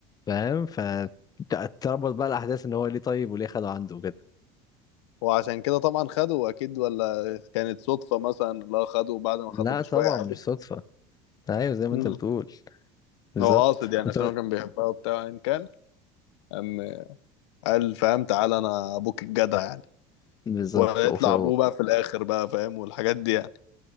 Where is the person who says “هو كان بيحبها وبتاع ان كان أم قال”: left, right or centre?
Left